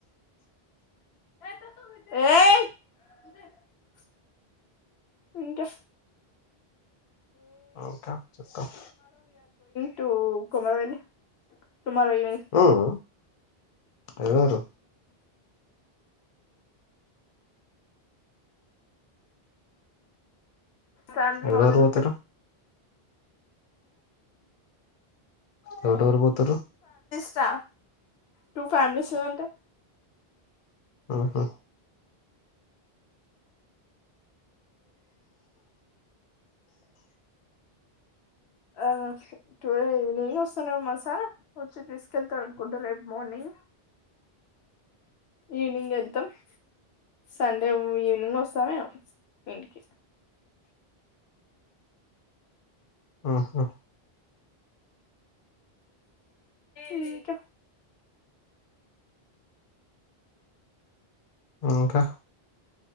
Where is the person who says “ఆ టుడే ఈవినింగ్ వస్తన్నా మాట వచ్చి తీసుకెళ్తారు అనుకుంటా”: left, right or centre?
Left